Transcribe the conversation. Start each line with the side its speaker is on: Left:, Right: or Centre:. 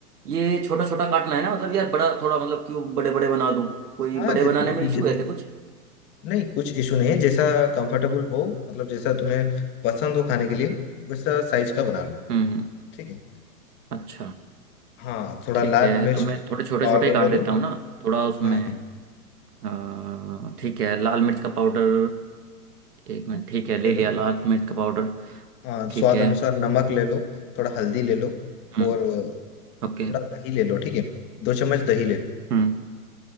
Right: ये छोटा छोटा काटना है ना मतलब यार बड़ा थोड़ा मतलब क्यों बड़े बड़े बना दूं कोई
Left: हाँ
Right: बड़े
Left: जितना
Right: बनाने में
Left: जि-
Right: इशू
Left: जित,
Right: है क्या कुछ
Left: नहीं कुछ इशू नहीं है जैसा कंफर्टेबल हो मतलब जैसा तुम्हें पसंद हो खाने के लिए वैसा साइज का बना लो
Right: हम्म हम्म,
Left: ठीक है
Right: अच्छा
Left: हाँ थोड़ा
Right: ठीक
Left: लाल
Right: है
Left: मिर्च
Right: तो मैं थोड़े छोटे
Left: पाउडर
Right: छोटे काट
Left: ले लो
Right: देता हूँ ना थोड़ा उसमें
Left: हाँ हाँ
Right: अ, ठीक है लाल मिर्च का पाउडर एक मिनट ठीक है ले
Left: ले
Right: लिया
Left: लो
Right: लाल मिर्च का पाउडर
Left: हाँ स्वाद
Right: ठीक है
Left: अनुसार नमक ले लो थोड़ा हल्दी ले लो
Right: हम्म
Left: और
Right: ओके
Left: थोड़ा दही ले लो ठीक है दो चम्मच दही ले लो
Right: हम्म